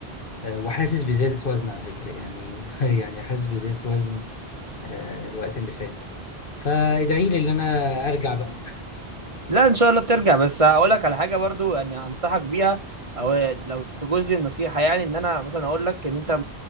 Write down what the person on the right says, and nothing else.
لا ان شاء الله بترجع بس هقول لك على حاجه برضو يعني انصحك بيها او لو تجوز لي النصيحه يعني ان انا مثلا اقول لك ان انت